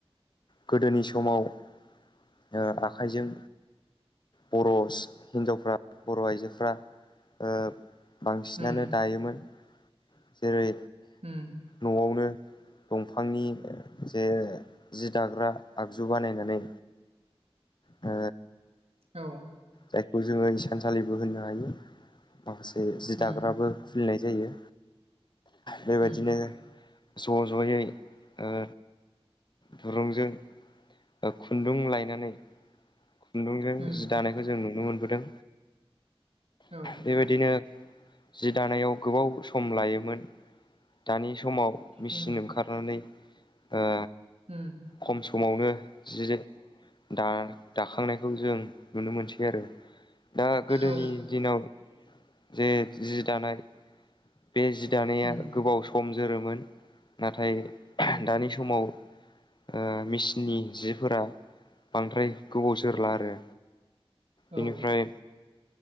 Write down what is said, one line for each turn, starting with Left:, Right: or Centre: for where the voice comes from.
Left: गोदोनि समाव ओ आखाइजों बर' हिनजावफ्रा बर' आइजोफ्रा ओ बांसिनानो
Right: उम
Left: दायोमोन। जेरै
Right: उम
Left: न'आवनो दंफांनि जे जि दाग्रा आगजु बानायनानै ओ
Right: औ
Left: जायखौ जोङो इसानसालिबो होननो हायो माखासे जि
Right: उम
Left: दाग्राबो खुलिनाय जायो बेबायदिनो
Right: उम
Left: ज' ज'यै ओ दुरुंजों खुन्दुं लाय नानै खुन्दुंजों
Right: उम
Left: जि दानायखौ जों नुनो मोनबोदों।
Right: औ
Left: बेबायदिनो जि दानायाव गोबाव सम लायोमोन दानि समाव मेसिन
Right: उम
Left: ओंखारनानै ओ
Right: उम
Left: खम समावनो जि दा दाखांनायखौ जों नुनो मोनसै आरो दा गोदोनि
Right: औ
Left: दिनाव जे जि दानाय बे जि दानाया
Right: उम
Left: गोबाव सम जोरोमोन नाथाय
Right: उम
Left: दानि समाव ओ मेसिननि जिफोरा बांद्राय गोबाव जोरला आरो।
Right: औ
Left: बेनिफ्राय